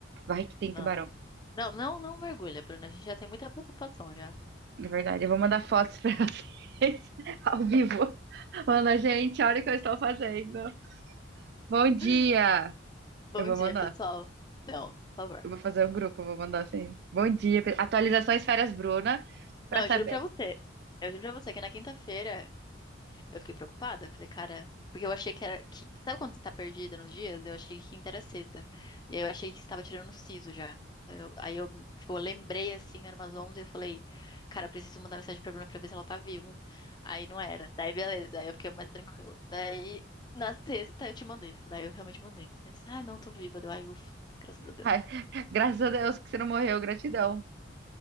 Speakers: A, on the right; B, on the left.
A: Vai que tem
B: Nossa.
A: tubarão.
B: Não, não, não mergulha, Bruna. A gente já tem muita preocupação já.
A: Na verdade, eu vou mandar fotos pra <laughs> vocês ao vivo. Manda, gente, olha o que eu estou fazendo. Bom dia!
B: <laughs> Bom
A: Eu vou
B: dia,
A: mandar.
B: pessoal. Não, por favor.
A: Eu vou fazer um grupo, eu vou mandar assim. Bom dia. pe- Atualizações Férias Bruna, pra
B: Não,
A: saber.
B: eu juro pra você. Eu juro pra você que na quinta-feira Eu fiquei preocupada, falei, cara, porque eu achei que era que, sabe quando você tá perdida nos dias? Eu achei que quinta era sexta. E aí eu achei que estava tirando o siso já. Aí eu, aí eu, tipo, lembrei assim, era umas 11 e eu falei, cara, eu preciso mandar mensagem pra Bruna pra ver se ela tá viva. Aí não era. Daí beleza, aí eu fiquei mais tranquila. Daí na sexta eu te mandei, daí eu realmente mandei. Aí você, ah, não, tô viva. Deu, ai, ufa, graças a Deus.
A: Ai, graças a Deus que você não morreu, gratidão.